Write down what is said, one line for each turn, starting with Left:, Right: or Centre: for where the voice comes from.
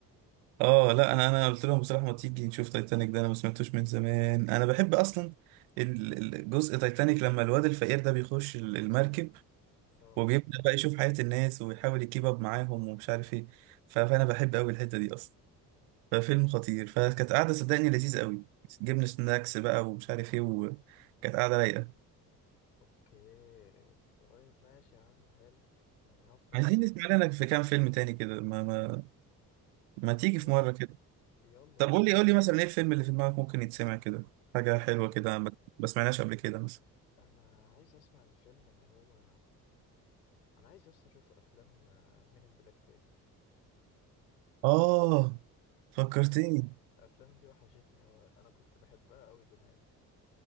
Right: اه لا انا انا قلت لهم بصراحه ما تيجي نشوف تايتانيك ده انا ما سمعتوش من زمان انا بحب اصلا ال- ال- جزء تايتانيك لما الواد الفقير ده بيخش ال- المركب
Left: اه
Right: وبيبدا بقى يشوف حياه الناس ويحاول يكيب اب معاهم ومش عارف ايه ف- فانا بحب قوي الحته دي اصلا ففيلم خطير فكانت قاعده صدقني لذيذ قوي جبنا سناكس بقى ومش عارف ايه وكانت قاعده رايقه
Left: اوكي طيب ماشي يا عم حلو يعني هفض
Right: عايزين نسمع لنا في كام فيلم تاني كده ما ما ما تيجي
Left: طب
Right: في
Left: يلا
Right: مرة كده
Left: يلا
Right: طب
Left: بينا
Right: قول لي قول لي مثلا ايه الفيلم اللي في دماغك ممكن يتسمع كده حاجة حلوة
Left: إيه.
Right: كده ما ما سمعناش قبل كده مثلا
Left: انا عايز اسمع الفيلم اللي هو انا عايز اصلا اشوف افلام من ان بلاك تاني
Right: اه
Left: <laughs>
Right: فكرتني
Left: الافلام دي وحشتني أوي انا كنت بحبها أوي زمان